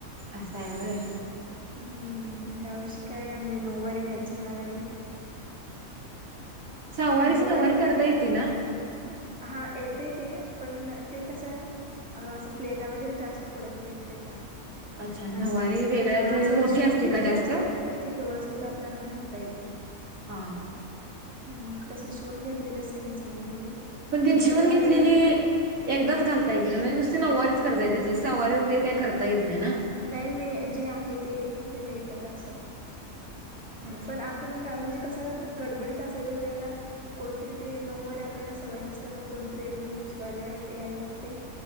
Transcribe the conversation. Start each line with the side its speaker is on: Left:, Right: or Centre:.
Right: असं आहे व्हय
Centre: हम्म ह्या वर्षी काय मी नऊवारी घ्यायच म्हणाय लागले.
Right: सहावारीची
Centre: नऊवारी म्हणजे?
Right: करता येते ना?
Centre: हा येतय ते पण ते कसं. अ असं प्लेटा वगैरे जास्त पडत नाहीत त्याच्या.
Right: अच्छा नऊवारी
Centre: अस
Right: वेगळ्यात
Centre: हा असं
Right: मोठी
Centre: हे शिवून
Right: असते
Centre: घेतलेले
Right: का जास्त?
Centre: असतात की नाही ते व्यवस्थित आप आपल्याना घालता येते.
Right: हा.
Centre: मग तसं शिवून घेतलेलंच घ्यायचं म्हणाला लागले.
Right: पण तिने
Centre: म्हणजे
Right: शिवून
Centre: कसं आपण
Right: घेतलेली एकदाच घालतायेते माझी नुसती नववारीच. करताय. त्याची सवारी वगैरे काय करता येत नाही ना.
Centre: नाही नाही जे आहे ते एक तर एकच अस.
Right: अच्छा.
Centre: पण आपण म्हणजे कसं. गडबडीत असायच्या वेळेला कोणतरी ते नऊ वरे आपल्याला सवय नसल्यामुळे कोणतरी एक जण नेसवायला. यायला लागतय